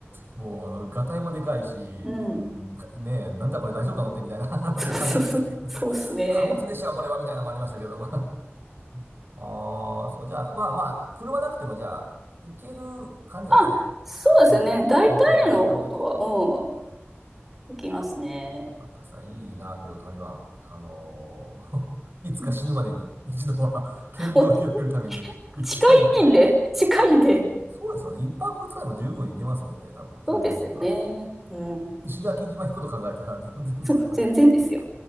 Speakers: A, on the right; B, in the centre.
A: もう、あの、ガタイもでかいし、
B: うん。
A: うんかねえ、なんだこれ大丈夫か乗ってみたいな <laughs> あのもありましたけど、
B: そうそうそう。そうっすね。
A: 貨物列車はこれはみたいなのもありましたけど。<laughs> ああ、そう、じゃあ、まあまあ、車なくてもじゃあ、行ける感じなんですね。
B: あ、そうですね。
A: 普通に、
B: 大体のことは、
A: 公共交通機関で。よ
B: うん、できますね。
A: かったさ、いいな、けど台湾、あのー <laughs> いつか死ぬまでに一度は見聞
B: うんもう
A: <laughs> を広げるために行きたいな。
B: <laughs> 近いんで、近いんで。
A: そうですよね。一泊二日でも十分行けますもんね、多分、距離的には。
B: そうですよね。うん。
A: 石垣島行くこと考えたら全然ですよね。
B: そう、全然ですよ。